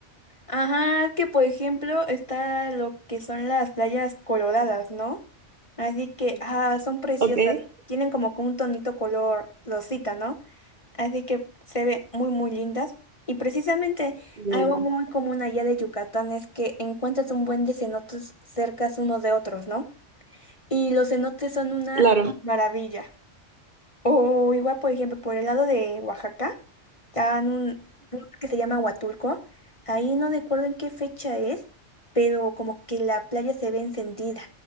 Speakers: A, on the left (about 30°); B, on the right (about 45°).
A: Ajá, es que por ejemplo está lo que son las playas coloradas, ¿no? Así que, ah, son preciosas.
B: ¿Ok?
A: Tienen como que un tonito color rosita, ¿no? Así que se ve muy, muy lindas. Y precisamente
B: Lindo.
A: algo muy común allá de Yucatán es que encuentras un buen de cenotes cercas unos de otros, ¿no? Y los cenotes son una
B: Claro.
A: maravilla. O igual, por ejemplo, por el lado de Oaxaca. Está en un, un que se llama Huatulco. Ahí no recuerdo en qué fecha es, pero como que la playa se ve encendida.